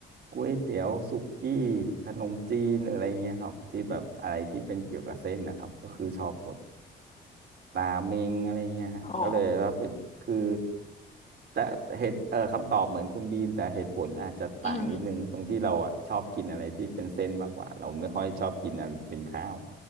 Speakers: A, on the right (about 55°); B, on the left (about 35°).
A: ก๋วยเตี๋ยวสุกี้ขนมจีนหรืออะไรเงี้ยครับที่แบบอะไรที่เป็นเกี่ยวกับเส้นนะครับก็คือชอบหมด ตาเมงอะไรเงี้ยฮะก็เลยว่าเป็นคือ
B: อ๋อ
A: แต่เหตุเอ่อคำตอบเหมือนคุณบีมแต่เหตุผลอาจจะต่างนิดนึงตรงที่เราอ่ะชอบกินอะไรที่เป็นเส้นมากกว่าเราไม่ค่อยชอบกินอะไรที่เป็นข้าว
B: อืม